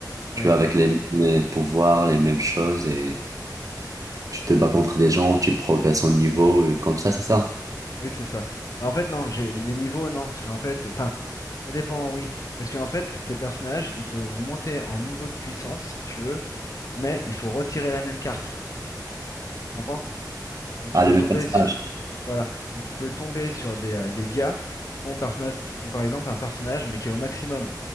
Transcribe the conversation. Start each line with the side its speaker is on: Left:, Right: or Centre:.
Left: Oui,
Right: Tu vois, avec les mêmes euh, pouvoirs, les mêmes choses, et tu te bats contre des gens, tu progresses en niveau, et comme ça, c'est ça?
Left: oui, c'est ça. Bah, en fait, non, j'ai les niveaux, non. Parce qu'en fait, enfin, ça dépend, oui. Parce qu'en fait, tes personnages, ils peuvent monter en niveau de puissance si tu veux, mais il faut retirer la même carte. Tu comprends? Donc, tu
Right: Ah, le
Left: peux
Right: même
Left: tomber,
Right: personnage.
Left: su- Voilà, donc tu peux tomber sur des, euh, des gars qui ont, personnage- qui ont par exemple un personnage mais qui est au maximum.